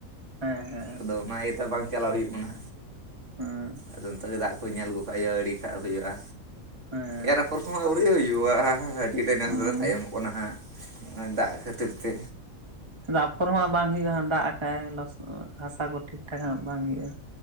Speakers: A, on the right (about 20°); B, on the right (about 60°).
A: ᱦᱮᱸ ᱦᱮᱸ
B: ᱟᱫᱚ ᱚᱱᱟ ᱤᱭᱟᱹᱛᱮ ᱵᱟᱝ ᱪᱟᱞᱟᱣ ᱦᱩᱭᱩᱜ ᱠᱟᱱᱟ᱾
A: ᱦᱮᱸ
B: ᱟᱫᱚ <unintelligible> ᱜᱮ ᱫᱟᱜᱼᱼ ᱠᱚ ᱧᱮᱞ ᱟᱜᱩ ᱠᱟᱜ ᱦᱩᱭᱩᱜᱼᱟ ᱟᱲᱮᱹ ᱠᱟᱜ ᱦᱩᱭᱩᱜᱼᱟ᱾
A: ᱦᱮᱸ᱾
B: ᱮᱨᱟᱯᱷᱚᱨ ᱠᱚᱦᱚᱸ ᱟᱹᱣᱨᱤ ᱦᱩᱭᱩᱜᱼᱟ ᱟᱹᱰᱤ ᱜᱮ ᱱᱮᱥ
A: ᱦᱮᱸ
B: ᱫᱚᱞᱮ ᱛᱟᱭᱚᱢᱚᱜ ᱠᱟᱱᱟ ᱦᱟᱜ ᱱᱚᱜᱚᱭ ᱫᱟᱜᱼᱼ ᱠᱷᱟᱹᱛᱤᱨ ᱛᱮᱼᱼ
A: ᱟᱯᱷᱚᱨ ᱦᱚᱸ ᱵᱟᱝ ᱦᱩᱭᱩᱜᱼᱟ ᱦᱟᱸᱜ ᱫᱟᱜ ᱟᱠᱟᱫᱟᱭ <unintelligible> ᱦᱟᱥᱟ ᱠᱚ ᱴᱷᱤᱠ ᱴᱷᱟᱠ ᱦᱟᱸᱜ ᱵᱟᱝ ᱦᱩᱭᱩᱜᱼᱟ